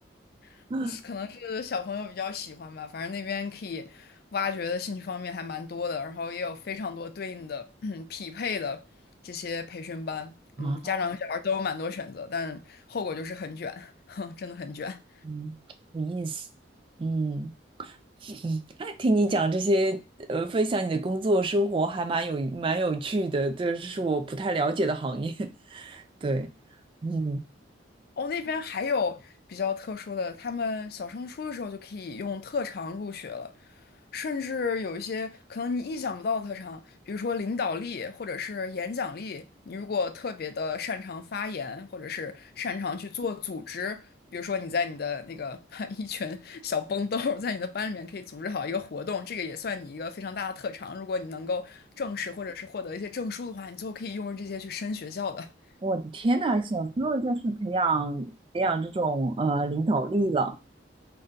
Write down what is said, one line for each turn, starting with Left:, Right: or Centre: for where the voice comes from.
Left: <laughs>
Right: <laughs>
Left: 是可能是小朋友比较喜欢吧，反正那边可以挖掘的兴趣方面还蛮多的，然后也有非常多对应的 <clears throat> 匹配的这些培训班，
Right: 啊，
Left: 嗯，家长和小孩都有蛮多选择，但后果就是很卷，<laughs> 真的很卷。
Right: 嗯，有意思。嗯，嗯，哎听你讲这些，呃，分享你的工作生活还蛮有蛮有趣的，这是我不太了解的行业。对，嗯，
Left: 哦，那边还有比较特殊的，他们小升初的时候就可以用特长入学了，甚至有一些可能你意想不到的特长，比如说领导力或者是演讲力，你如果特别的擅长发言，或者是擅长去做组织，比如说你在你的那个 <laughs> 一群小崩豆儿在你的班里面可以组织好一个活动，这个也算你一个非常大的特长。如果你能够正式或者是获得一些证书的话，你最后可以用这些去升学校的。<laughs>
Right: 我的天呐，小时候就是培养培养这种呃领导力了，